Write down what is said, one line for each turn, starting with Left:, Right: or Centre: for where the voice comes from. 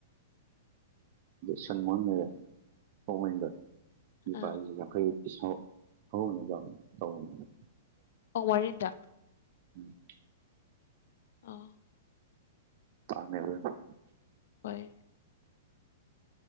Right: ꯁꯟꯃꯎꯟ ꯂꯩꯔꯦ ꯄꯃꯦꯟꯗ꯭ꯔ <unintelligible> ꯂꯨꯄꯥꯥ
Left: ꯑꯥ
Right: ꯌꯥꯡꯈꯩ <unintelligible> ꯍꯧꯔꯣꯡꯅꯕ ꯌꯥꯝ ꯇꯧꯕꯅꯤꯅ
Left: ꯑꯣꯛ ꯃꯔꯤꯟꯗ
Right: ꯎꯝ
Left: ꯑ
Right: ꯐꯝꯃꯦꯕ ꯑꯗꯨ
Left: ꯍꯣꯏ